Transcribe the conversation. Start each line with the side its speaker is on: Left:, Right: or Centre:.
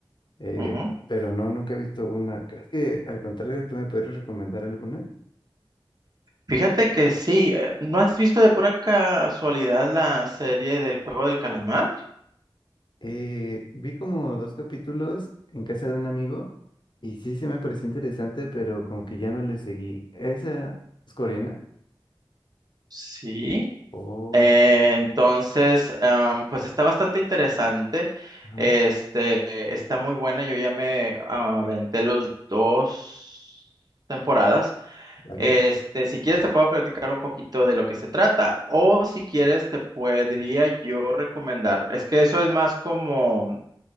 Left: eh,
Right: Ujú.
Left: pero no, nunca he visto una. Creo que al contrario, tú me podrías recomendar alguna.
Right: Fíjate que sí, eh, ¿no has visto de pura casualidad la serie del juego del calamar?
Left: Eh, vi como dos capítulos en casa de un amigo y sí se me pareció interesante, pero como que ya no le seguí. ¿Esa es coreana?
Right: Sí.
Left: Oh,
Right: Eh, entonces, am, pues está bastante interesante.
Left: ajá,
Right: Este, está muy buena. Yo ya me aventé los dos temporadas.
Left: vale.
Right: Este, si quieres te puedo platicar un poquito de lo que se trata o si quieres te podría yo recomendar. Es que eso es más como